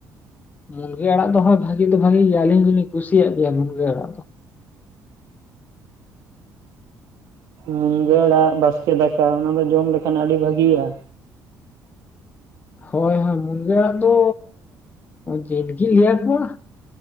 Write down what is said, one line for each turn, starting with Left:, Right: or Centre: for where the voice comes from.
Left: ᱢᱩᱱᱜᱟᱹ ᱟᱲᱟᱜ ᱫᱚ ᱦᱭ ᱵᱷᱟᱜᱤ ᱫᱚ ᱵᱷᱟᱜᱤ ᱜᱮᱭᱟ ᱟᱹᱞᱤᱧ ᱫᱚᱞᱤᱧ ᱠᱩᱥᱤ ᱭᱟᱜ ᱜᱮᱭᱟ ᱢᱩᱱᱜᱟᱹ ᱟᱲᱟᱜ ᱫᱚ,
Right: ᱢᱩᱱᱜᱟᱹ ᱟᱲᱟᱜ ᱵᱟᱥᱠᱮ ᱫᱟᱠᱟ ᱚᱱᱟ ᱫᱚ ᱡᱚᱢ ᱞᱮᱠᱷᱟᱱ ᱟᱹᱰᱤ ᱵᱷᱟᱹᱜᱤᱼᱟ
Left: ᱦᱳᱭ ᱦᱳᱭ ᱢᱩᱱᱜᱟᱹ ᱟᱲᱟᱜ ᱫᱚ ᱡᱮᱫ ᱜᱤᱧ ᱞᱟᱹᱭᱟ ᱠᱚᱣᱟ